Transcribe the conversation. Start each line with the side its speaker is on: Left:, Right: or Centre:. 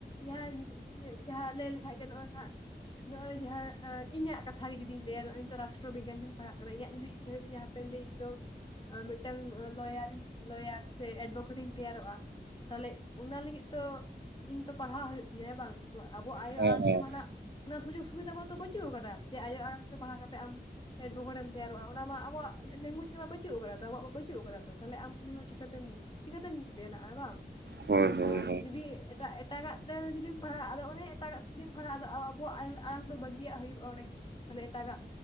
Left: ᱡᱟᱦᱟᱸᱭ ᱮ ᱡᱟᱦᱟᱸ ᱞᱟᱹᱭ ᱞᱮᱠᱷᱟᱡ ᱜᱮ ᱱᱚᱜ-ᱚᱭ ᱱᱟᱦᱟᱸᱜ ᱱᱚᱜ-ᱚᱭ ᱡᱟᱦᱟᱸᱼᱼ ᱟ‌ ᱤᱧᱟᱜ ᱠᱟᱛᱷᱟ ᱜᱮ ᱡᱩᱫᱤᱧ ᱞᱟᱹᱭᱟ ᱱᱚᱜ-ᱚᱭ ᱨᱟᱥᱴᱨᱚ ᱵᱤᱜᱽᱜᱟᱱ ᱛᱤᱧ ᱯᱟᱲᱦᱟᱜ ᱠᱟᱱᱟ᱾ ᱤᱧᱟᱜ ᱡᱩᱫᱤ‌ ᱤᱪᱪᱷᱟᱸ ᱦᱩᱭᱩᱜ ᱛᱤᱧᱟ ᱾ ᱦᱟᱯᱮᱱ ᱫᱟᱹᱧ ᱤᱧ ᱫᱚ ᱚ ᱢᱤᱫᱴᱟᱝ ᱚ ᱼᱼ ᱞᱚᱭᱟᱨᱤᱧ ᱞᱚᱭᱟᱨ ᱥᱮ ᱮᱰᱵᱚᱠᱮᱴ ᱤᱧ ᱛᱮᱭᱟᱨᱚᱜ-ᱟ ᱛᱟᱦᱞᱮ ᱚᱱᱟ ᱞᱤᱹᱜᱤᱫ ᱛᱚᱼᱼ ᱤᱧ ᱛᱚ ᱯᱟᱲᱦᱟᱣ ᱦᱩᱭᱩᱜ ᱛᱤᱧᱟ ᱦᱮᱸ ᱵᱟᱝ ᱟᱵᱚ ᱣᱟᱜ ᱟᱭᱳ
Right: ᱦᱮᱸ
Left: ᱟᱲᱟᱝ
Right: ᱦᱮᱸ
Left: ᱛᱮᱢᱟ ᱱᱟᱦᱟᱸᱜᱼᱼ ᱚᱱᱟ ᱥᱩᱡᱳᱜᱽ ᱥᱩᱵᱤᱫᱟ ᱢᱟᱛᱚ ᱵᱟᱹᱪᱩᱜ ᱟᱠᱟᱫᱟ ᱡᱮ ᱟᱭᱳ ᱟᱲᱟᱝ ᱛᱮ ᱯᱟᱲᱦᱟᱣ ᱠᱟᱛᱮᱜ ᱟᱢᱼᱼ ᱮᱰᱵᱚᱠᱮᱴ ᱮᱢ‌ ᱛᱮᱭᱟᱨᱚᱜ-ᱟ᱾ ᱚᱱᱟ ᱢᱟ ᱟᱵᱚ ᱣᱟᱜ ᱞᱮᱝᱜᱽᱣᱮᱪ ᱨᱮᱢᱟ ᱵᱟᱹᱪᱩᱜ ᱠᱟᱫᱟ᱾ ᱛᱚ ᱟᱵᱚᱣᱟᱜ ᱢᱟ ᱵᱟᱹᱪᱩᱜ ᱟᱠᱟᱫᱟ ᱛᱚ ᱛᱟᱦᱚᱞᱮ ᱟᱢ ᱩᱱᱤ ᱦᱚᱲ ᱪᱤᱠᱟᱹ ᱛᱮᱢ ᱪᱤᱠᱟᱹ ᱛᱮᱭ ᱵᱮᱱᱟᱜ-ᱟᱭ ᱵᱟᱝ᱾
Right: ᱦᱳᱭ ᱦᱳᱭ
Left: ᱟᱨ
Right: ᱦᱳᱭ
Left: ᱡᱩᱫᱤ ᱮᱴᱟᱜ ᱮᱴᱟᱜᱟᱜ ᱛᱮ ᱡᱩᱫᱤ ᱯᱟᱲᱦᱟᱜ ᱟᱫᱚ ᱚᱱᱮ ᱮᱴᱟᱜ ᱛᱮ ᱡᱩᱫᱤᱢ ᱯᱟᱲᱦᱟᱜᱼᱟ᱾ ᱟᱫᱚ ᱟᱵᱚᱣᱟᱜ ᱟᱲᱟᱝ ᱫᱚ ᱵᱟᱹᱜᱤᱭᱟᱜ ᱦᱩᱭᱩᱜᱼᱟ᱾ ᱚᱸᱰᱮᱜᱮ ᱛᱟᱦᱚᱞᱮ ᱮᱴᱟᱜᱟᱜ